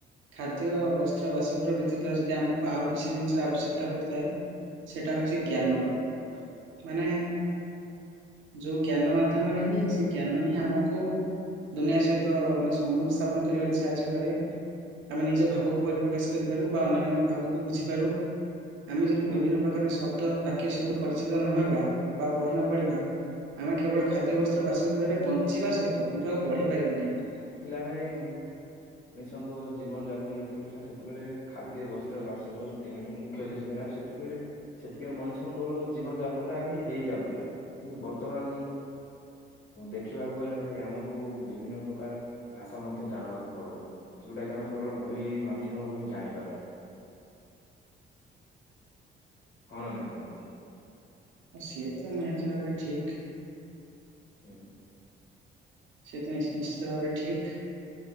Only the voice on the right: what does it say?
ଖାଦ୍ୟ ବସ୍ତ୍ର ବାସଗୃହ ବ୍ୟତୀତ ଯଦି ଆମକୁ ଆଉ କିଛି ଜିନିଷର ଆବଶ୍ୟକତା ପଡ଼ିଥାଏ ସେଟା ହଉଛି ଜ୍ଞାନ ର ମାନେ ଯୋଉ ଜ୍ଞାନ ମାଧ୍ୟମରେ ହିଁ ସେ ଜ୍ଞାନ ହିଁ ଆମକୁ ଦୁନିଆ ସହିତ ମାନେ ସମ୍ବନ୍ଧ ସ୍ଥାପନ କରିବାରେ ସାହାଯ୍ୟ କରେ ଆମେ ନିଜ ଭାବକୁ ପରିପ୍ରକାଶ କରିପାରୁ ବା ଅନ୍ୟମାନଙ୍କ ଭାବକୁ ବୁଝିପାରୁ ଆମେ ଯଦି
ବିଭିନ୍ନ ପ୍ରକାର ଶବ୍ଦ ବାକ୍ୟ ସହିତ ପରିଚିତ ନହବା ବା ବହି ନପଡିବା ଆମେ କେବଳ ଖାଦ୍ୟବସ୍ଥାର ବାସଗୃହରେ ବଞ୍ଚିବା ସତ କିନ୍ତୁ ଆଉ ବଢି ପାରିବାନି ଆମେ
ଆଉ ସିଏ ତ ନିହାତି ଭାବରେ ଠିକ।
ସେଥି ନିଶ୍ଚିତ ଭାବରେ ଠିକ